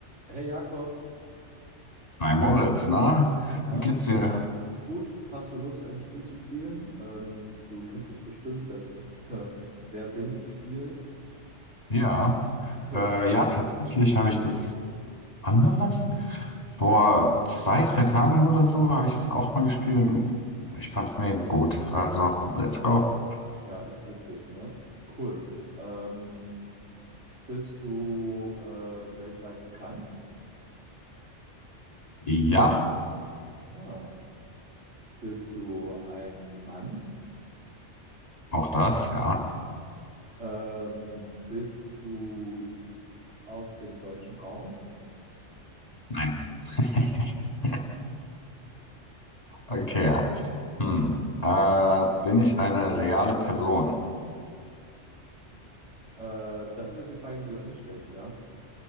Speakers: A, on the right; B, on the left.
A: Hey Jakob,
B: Hi Moritz, na,
A: Ja,
B: wie geht's dir?
A: gut, hast du Lust, ein Spiel zu spielen? Ähm, du kennst es bestimmt, das <laughs> äh, Wer bin ich Spiel?
B: Ja,
A: Cool.
B: äh, ja, tatsächlich habe ich das, wann war das? Vor zwei, drei Tagen oder so habe ich es auch mal gespielt. und Ich fand's mega gut. Also, let's go.
A: Ja, ist witzig, ne? Cool. Ähm, bist du äh, weltweit bekannt?
B: Ja,
A: Ah. Bist du ein Mann?
B: auch das, ja.
A: Ähm, bist du aus dem deutschen Raum?
B: Nein. <laughs> Okay, ja. Hm. Äh, bin ich eine reale Person?
A: Äh, das ist jetzt die Frage, die du an mich stellst, ja?